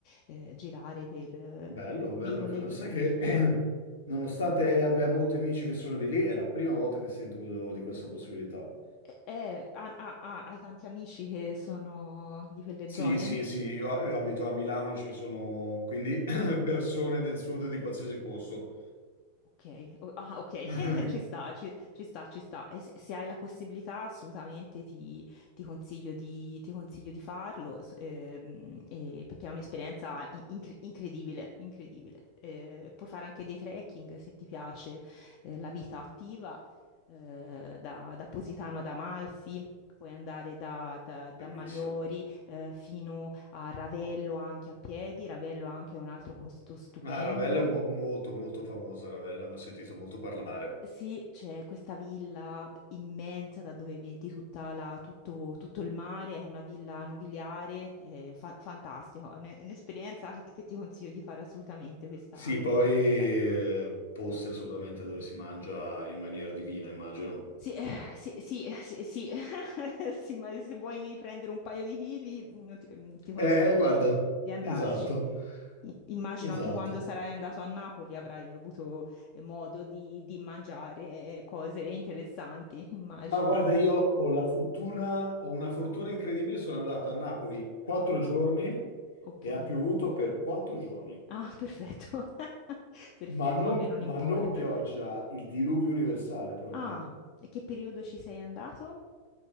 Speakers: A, on the left; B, on the left.
A: eh, girare per eh,
B: Bello,
A: vi-
B: bello.
A: vicole
B: Ca-
A: e vicolini.
B: Sai che <clears throat> nonostante abbia molti amici che sono di lì, è la prima volta che sento quello- di questa possibilità.
A: Eh, eh, ah, ah, ah, hai tanti amici che sono di quelle
B: Sì,
A: zone?
B: sì, sì, io, io abito a Milano, ci sono quindi <clears throat> persone del sud di qualsiasi posto.
A: Ok, o- ah, ok,
B: <laughs>
A: <laughs> ci sta, ci, ci sta, ci sta. E se, se hai la possibilità, assolutamente ti, ti consiglio di, ti consiglio di farlo, s- ehm, e- perché è un'esperienza in- incre- incredibile, incredibile. Eh, puoi fare anche dei trekking se ti piace, eh, la vita attiva, eh, da, da Positano ad Amalfi. Puoi andare da, da- da
B: Bellissimo.
A: Maiori eh, fino a Ravello anche a piedi. Ravello anche è un altro posto stupendo.
B: Ah, Ravello è mo- molto, molto famosa, Ravello, ne ho sentito molto parlare.
A: Sì, c'è questa villa immensa da dove vedi tutta la- tutto, tutto il mare, è una villa nobiliare, è fa- fantastico, è un- è un'esperienza che ti, che ti consiglio di fare assolutamente questa
B: Sì,
A: in
B: poi
A: costiera.
B: eh, posti assolutamente dove si mangia in maniera divina, immagino.
A: Sì, eh, sì, sì, sì, sì. <laughs> Sì, ma se vuoi prendere un paio di chili, mm, ti, mm, ti consiglio
B: Eh,
A: di,
B: guarda,
A: di andarci.
B: esatto,
A: I- Immagino
B: esatto.
A: anche quando sarai andato a Napoli avrai avuto eh, modo di, di mangiare eh, cose interessanti, immagino.
B: Ma guarda, io ho la fortuna, ho una fortuna incredibile, sono andato a Napoli quattro giorni
A: Ok.
B: e ha piovuto per quattro giorni.
A: Ah, perfetto. <laughs> Perfetto,
B: Ma non,
A: vabbè, non
B: ma
A: importa.
B: non pioggia, il diluvio universale proprio.
A: Ah, e che periodo ci sei andato?